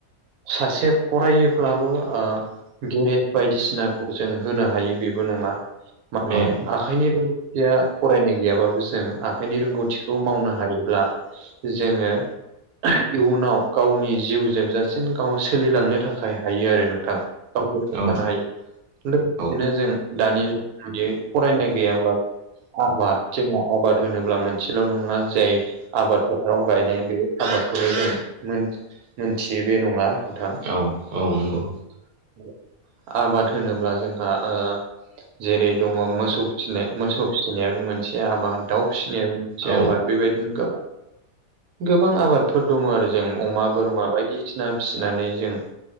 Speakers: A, on the right; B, on the right.
A: सासे फरायोब्लाल' ओ गेरेज बायदिसिनाखौ जों होनो हायो बेबो नङा माने
B: औ
A: आखाइनि रोंगौथिया फरायनाय गैयाबाबो जों आखाइनि रोंगौथिखौ मावनो हायोब्ला जोङो इयुनाव गावनि जिउ जोबजासिम गाव सोलिलांनो थाखाय हायो आरो नोंथां गावखौ सुंथानो
B: औ
A: हायो लोगोसेनो
B: औ
A: जों दानि जुगाव बिदि फरायनाय गैयाब्लाबो आबाद जों आबाद होनोब्ला मोनसेल' नङा जाय आबाद फोथाराव गायनाय बे आबादखौल' जों मोन मोनथियो बे नङा नोंथां
B: औ औ नंगौ
A: <inaudible> आबाद होनोब्ला जोंहा ओ जेरै दङ' मोसौ फिसिनाय मोसौ फिसिनायाबो मोनसे आबाद दाउ फिसिनायाबो मोनसे
B: औ
A: आबाद बेबायदिनो गोबां गोबां आबादफोर दङ' आरो जों अमा, बोरमा बायदिसिना फिसिनानै जों